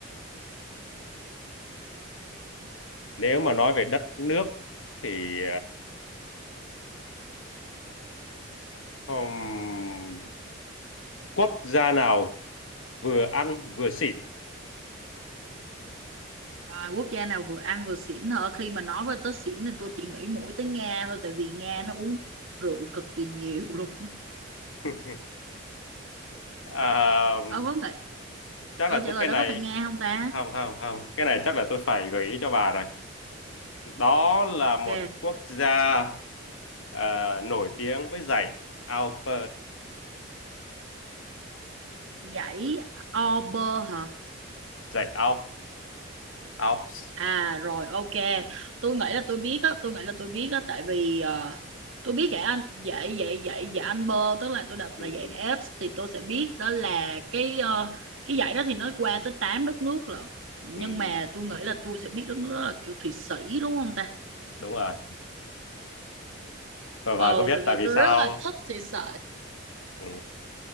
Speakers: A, on the left; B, on the right.
A: nếu mà nói về đất nước thì ờ, hmm, quốc gia nào vừa ăn vừa xỉn?
B: rồi quốc gia nào vừa ăn vừa xỉn hả khi mà nói với tới xỉn thì tôi chỉ nghĩ mỗi tới Nga thôi tại vì Nga nó uống rượu cực kỳ nhiều <laughs> luôn
A: <laughs> À,
B: ông có thể
A: chắc
B: câu
A: là
B: trả
A: tôi
B: lời
A: cái
B: đó
A: này
B: có phải Nga không ta
A: không không không cái này chắc là tôi phải gợi ý cho bà rồi đó là
B: ok
A: một quốc gia ờ, nổi tiếng với dãy Alps
B: dãy Ober hả
A: dãy Alps Alps
B: À rồi ok, tôi nghĩ là tôi biết á, tôi nghĩ là tôi biết á tại vì ờ, tôi biết dạy anh dạy dạy dạy dạy anh bơ tức là tôi đọc
A: ừ,
B: là dạy
A: ừ,
B: ép thì tôi sẽ biết
A: ừ,
B: đó là cái ờ, cái dạy đó thì nó qua tới 8 đất nước lận. Nhưng
A: ừ,
B: mà
A: ừ.
B: tôi nghĩ là tôi sẽ biết đất nước đó là kiểu Thụy Sĩ đúng không ta?
A: đúng rồi và
B: Ồ
A: bà có biết
B: tại
A: tại
B: vì
A: vì
B: tôi
A: sao
B: rất là thích Thụy Sĩ.
A: ừ.